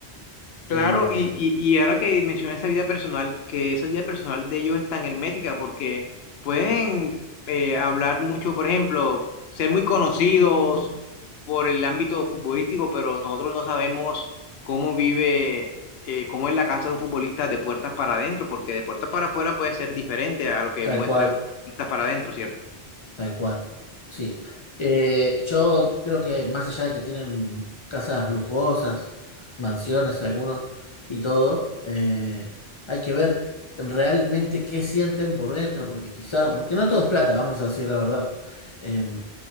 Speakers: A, on the left; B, on the left.
A: Claro,
B: Eh,
A: y, y, y ahora que mencionas esa vida personal, que esa vida personal de ellos es tan hermética porque pueden eh, hablar mucho, por ejemplo, ser muy conocidos por el ámbito futbolístico, pero nosotros no sabemos cómo vive, eh, cómo es la casa de un futbolista de puertas para adentro, porque de puertas para afuera puede ser diferente a lo que
B: tal
A: muestre
B: cual.
A: puertas para adentro, ¿cierto?
B: Tal cual, sí. Eh, yo creo que más allá de que tienen casas lujosas, mansiones algunos y todo, eh, hay que ver realmente qué sienten por dentro, porque quizá, porque no todo es plata, vamos a decir la verdad. Eh,